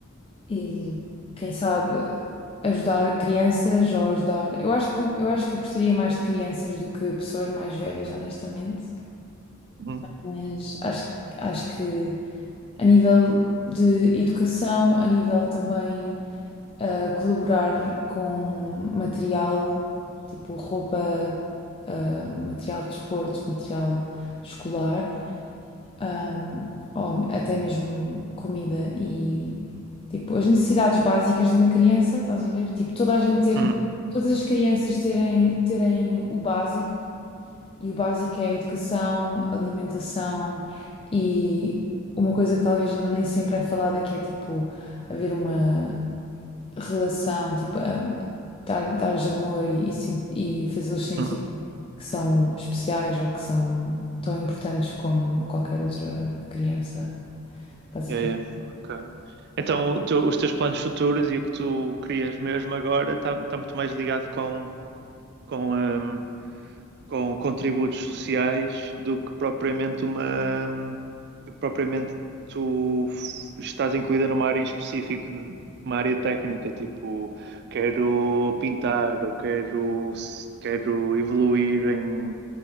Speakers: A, on the left; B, on the right.
A: e quem sabe ajudar crianças ou ajudar. Eu acho que eu acho que eu gostaria mais de crianças do que pessoas mais velhas, honestamente.
B: uhum,
A: Mas acho acho que a nível de educação, a nível também ah, colaborar com material, tipo roupa, ah, material de desporto, material escolar ahm, ou até mesmo comida e tipo as necessidades básicas de uma criança, estás a ver? Tipo, toda a gente ter,
B: uhum,
A: todas as crianças terem, terem o básico, e o básico é a educação, alimentação e uma coisa que talvez nem sempre é falada que é tipo haver uma relação, tipo, a- dar- dar-lhes amor e, e sen- e fazê-los sentir
B: uhum.
A: que são especiais ou que são tão importantes como qualquer outra criança basicamente.
B: Yeah, yeah. Ok. Então, o teu- os teus planos futuros e o que tu crias mesmo agora está muito mais ligado com, com, com contributos sociais do que propriamente uma do que propriamente tu f- estás incluída numa área em específico, de- uma área técnica, tipo quero pintar ou quero quero evoluir em